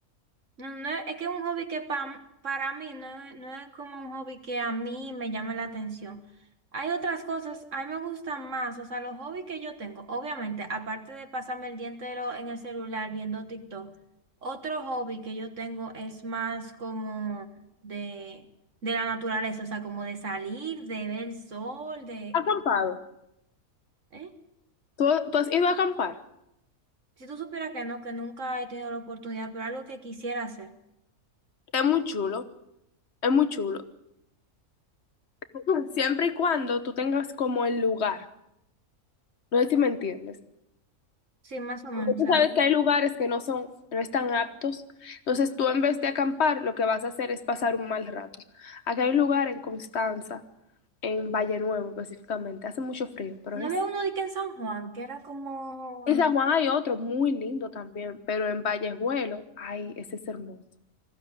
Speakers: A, on the right; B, on the left.
A: No, no, es que es un hobby que pa- para mí no, es- no es como un hobby que a mí me llama la atención. Hay otras cosas, a mí me gustan más, o sea, los hobbies que yo tengo, obviamente, aparte de pasarme el día entero en el celular viendo TikTok, otro hobby que yo tengo es más como de, de la naturaleza, o sea, como de salir, de ver el sol, de...
B: Acampado.
A: ¿Eh?
B: ¿Tú, tú has ido a acampar?
A: Si tú supieras que no, que nunca he tenido la oportunidad, pero algo que quisiera hacer.
B: Es muy chulo, es muy chulo. <laughs> Siempre y cuando tú tengas como el lugar. No sé si me entiendes.
A: Sí, más o menos,
B: Porque tú
A: o sea,
B: sabes
A: tú...
B: que hay lugares que no son, no están aptos. Entonces tú en vez de acampar, lo que vas a hacer es pasar un mal rato. Aquí hay un lugar en Constanza, en Valle Nuevo específicamente. Hace mucho frío, pero
A: No
B: es...
A: había uno de que en San Juan, que era como,
B: En
A: no.
B: San Juan hay otro muy lindo también, pero en Vallejuelo, ay, ese es hermoso.